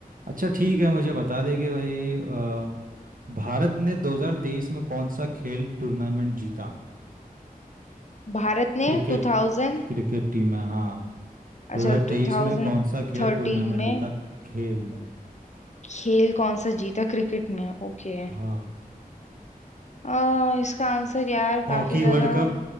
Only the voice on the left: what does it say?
भारत ने
2000
अच्छा 2013
में
खेल कौन सा जीता क्रिकेट में ओके
आ, इसका आंसर यार काफी
ज्यादा